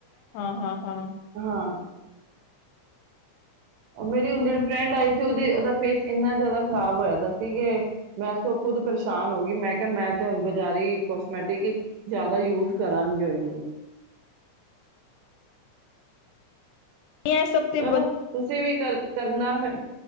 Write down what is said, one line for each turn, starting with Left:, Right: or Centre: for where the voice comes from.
Left: ਹਾਂ ਹਾਂ ਹਾਂ
Right: ਹਾਂ ਮੇਰੀ ਹੁ ਜਿਹੜ ਫਰੈਂਡ ਆਈ ਸੀ ਓਦੀ ਓਦਾ ਫੇਸ ਇੰਨਾ ਮੇਰੀ ਹੁਣ ਜਿਹੜੀ ਫਰੈਡ ਆਈ ਸੀ ਓਹਦਾ ਫੇਸ ਏਨਾਜਿਆਦਾ ਖ਼ਰਾਬ ਹੋਇਆ ਸੀ ਕਿ ਮੈਂ ਉਸ ਤੋ ਖੁਦ ਪਰੇਸ਼ਾਨ ਹੋ ਗਈ ਮੈਂ ਕਿਹਾ ਮੈਂ ਤੇ ਹੁਣ ਬਜ਼ਾਰੀ ਕੋਸਮੈਟਿਕ ਜਿਆਦਾ ਯੂਜ ਕਰਾਂਗੇ ਨਹੀਂ
Left: ਇਹ ਸਭ ਤੇ
Right: ਚਲੋ ਤੁਸੀਂ ਵੀ ਕਰ ਕਰਨਾ ਫਿਰ ਹ